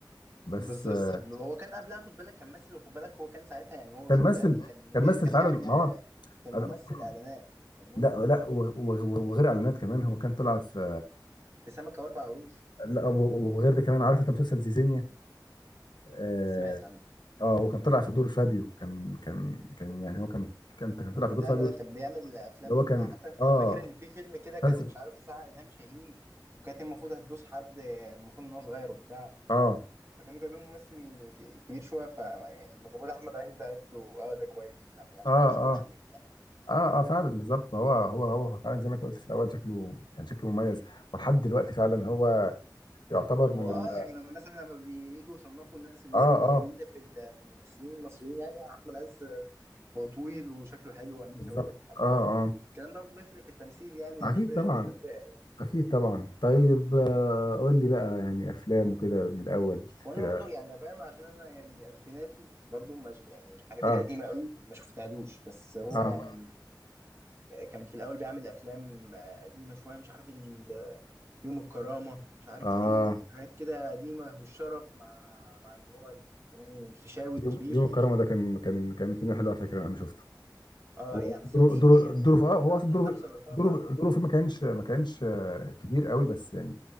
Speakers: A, on the left; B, on the right.
A: بس
B: بالظبط
A: بالظبط
B: هو
A: آه،
B: كان قبلها خد بالك كان ممثل وخد بالك هو كان ساعتها يعني هو
A: كان
B: شغال
A: مثل
B: كان
A: كان
B: بي...
A: مثل
B: كان
A: فعلا
B: بيعمل
A: ما
B: آه،
A: هو
B: كان
A: أنا-
B: ممثل اعلانات كان موديل
A: لا
B: يعني
A: لا وغ- وغ- وغير اعلانات كمان هو كان طلع في
B: في سمكه واربع قروش
A: لا و- وغير ده كمان عارف انت مسلسل زيزينيا اه
B: سمعت عنه
A: آه، هو كان طلع في دور فابيو كان كان كان يعني هو كان كان كان طلع
B: لا
A: في دور فابيو
B: لا لا، كان بيعمل افلام
A: اللي هو كان
B: حتى في-
A: اه
B: فاكر ان في فيلم كده كان
A: مسلسل
B: مش عارف بتاع الهام شاهين وكانت هي المفروض هتدوس حد المفروض ان هو صغير وبتاع
A: اه
B: فكانوا جايبين ممثل ك- كبير شويه ف يعني لما جابوا له احمد عز قالت له اه ده كويس مش عارف إيه، عشان
A: اه
B: هو شكله
A: اه
B: حلو وبتاع
A: اه اه فعلا بالظبط ما هو هو هو هو فعلا زي ما انت قلت في الاول شكله يعني شكله مميز ولحد دلوقتي فعلا هو يعتبر من
B: هو
A: ال
B: اه يعني لما- مثلا لما بييجوا يصنفوا الناس اللي
A: اه
B: هي الجميله
A: اه
B: في ال- في الممثلين المصريين يعني احمد عز هو طويل وشكله حلو وعينيه
A: بالظبط
B: ملونه وبتاع ف-
A: اه
B: يعني الكلام ده برضه بيفرق في التمثيل يعني
A: اه
B: مش
A: اكيد
B: فرق
A: طبعا
B: التفرقه يعني
A: اكيد طبعا طيب آه قول لي بقى يعني افلام وكده من الاول
B: وانا
A: كده
B: برضو يعني فاهم عشان انا يعني الفيناتي برضو مش يعني الحاجات
A: اه
B: القديمه قوي ما شفتهالوش بس هو
A: اه
B: يعني كان في الاول بيعمل افلام قديمه شويه مش عارف ال- يوم الكرامه مش عارف
A: اه
B: ايه وحاجات كده قديمه والشرف مع مع اللي هو الفنان الفيشاوي الكبير
A: يوم يوم الكرامه ده كان كان كان فيلم حلو على فكره انا شفته
B: اه
A: هو
B: يعني
A: دوره
B: بس قديم
A: دوره
B: يعني
A: دوره في- اه
B: 2005
A: هو اصلا دوره
B: ولا 2004
A: دوره دوره فيه ما كانش ما كانش آه، كبير قوي بس يعني